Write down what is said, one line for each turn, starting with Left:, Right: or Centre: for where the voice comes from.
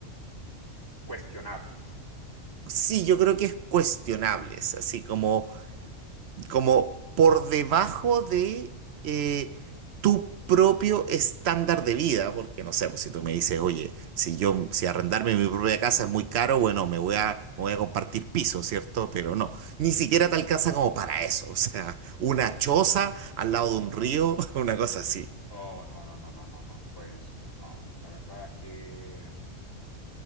Left: cuestionables.
Right: Sí, yo creo que es cuestionable, es así como, como por debajo de eh, tu propio estándar de vida, porque no sé, pues, si tú me dices, oye, si yo, si arrendarme mi propia casa es muy caro, bueno, me voy a, me voy a compartir piso, ¿cierto? Pero no, ni siquiera te alcanza como para eso, o sea, una choza al lado de un río, <laughs> una cosa así.
Left: Oh, no, no, no, no, no, no. Pues no, la verdad es que